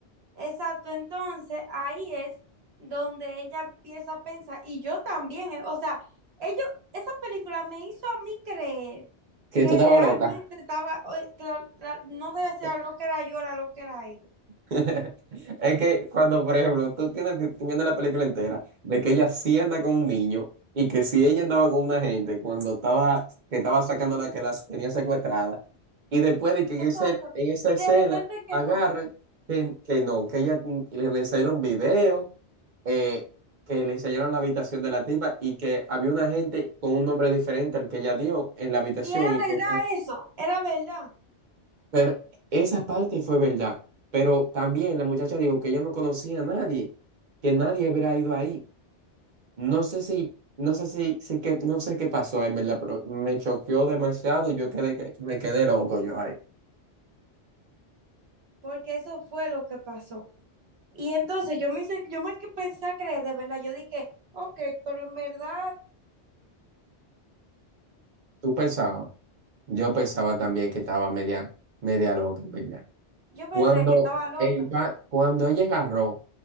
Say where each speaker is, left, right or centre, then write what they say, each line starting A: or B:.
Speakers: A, on the right; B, on the right.
A: Exacto, entonces ahí es donde ella empieza a pensar, y yo también, eh, o sea, ellos, esa película me hizo a mí creer
B: Que
A: que
B: tú estabas
A: realmente
B: loca.
A: estaba, o- que la- la- no sabía si era lo
B: <laughs>
A: que era yo, era lo que era ella.
B: <laughs> Es que cuando, por ejemplo, tú tienes, tú viendo la película entera de que ella sí anda con un niño y que si ella andaba con una gente cuando estaba, que estaba sacando la que las tenía secuestrada y después de que en,
A: Exacto,
B: ese, en esa
A: y
B: escena
A: de repente que
B: agarran
A: no.
B: que, que no, que ella mm, le, le enseñaron video, eh, que le enseñaron la habitación de la tipa y que había una gente con un nombre diferente al que ella dio en la habitación
A: Y era
B: y que
A: verdad eso, era verdad,
B: pero esa parte fue verdad. Pero también la muchacha dijo que ella no conocía a nadie, que nadie hubiera ido ahí. No sé si, no sé si, si que, no sé qué pasó, en verdad, pero me choqueó demasiado y yo quedé, que- me quedé loco yo ahí.
A: porque eso fue lo que pasó. Y entonces yo me hice, yo me que pensé a creer, de verdad, yo dije, ok, pero en verdad
B: ¿Tú pensabas? Yo pensaba también que estaba media, media loca, en verdad.
A: yo pensé
B: Cuando,
A: que estaba loca.
B: el, va- cuando ella agarró